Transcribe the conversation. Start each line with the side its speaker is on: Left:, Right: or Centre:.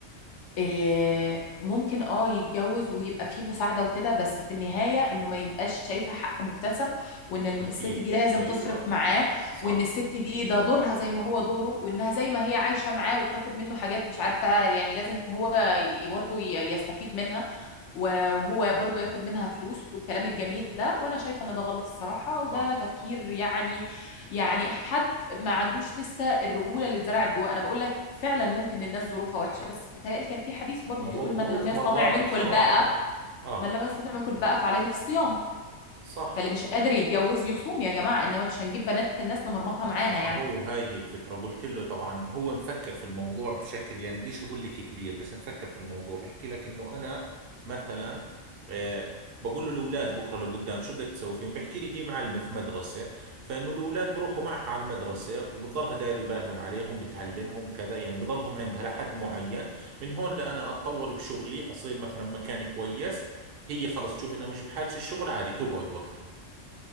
Left: إيه، ممكن اه يتجوز ويبقى فيه مساعدة وكده بس في النهاية انه ما يبقاش شايفة حق مكتسب وان الم-
Right: أكيد
Left: الست دي لازم
Right: ايوه
Left: تصرف معاه
Right: صح
Left: وان الست دي ده دورها زي ما هو دوره وانها زي ما هي عايشة معاه وبتاخد منه حاجات مش عارفة يعني لازم هو ي- برضه ي- يستفيد منها و- وهو برضه ياخد منها فلوس والكلام الجميل ده وانا شايفة ان ده غلط الصراحة وده
Right: صح
Left: تفكير يعني يعني حد ما عندوش لسه الرجوله اللي اتزرعت جواه انا بقول لك فعلا ممكن الناس ظروفها وحشه بس متهيألي كان في حديث برضو
Right: ما
Left: بيقول
Right: هو الظروف
Left: من لم يستطع
Right: مرات
Left: منكم
Right: بصراحة
Left: الباءة
Right: اه
Left: من لم يستطع منكم الباءة فعليه في الصيام
Right: صح
Left: فاللي مش قادر يتجوز يصوم يا جماعه انما مش هنجيب بنات الناس نمرمطها معانا
Right: ما
Left: يعني
Right: هو هاي هي الفكرة قلت له طبعا هو مفكر في الموضوع بشكل يعني بديش أقول لك كبير بس مفكر في الموضوع بحكي لك إنه أنا مثلا آه بقول له الأولاد بكرة لقدام شو بدك تسوي فيهم بحكي لي هي معلمة في مدرسة فإنه الأولاد بروحوا معها على المدرسة وبتضلها دايرة بالهم عليهم بتعلمهم كذا يعني بضلهم عندها لحد معين من هون لأنا أتطور بشغلي أصير مثلا مكان كويس هي خلص تشوف إنها مش بحاجة الشغل عادي تقعد وقتها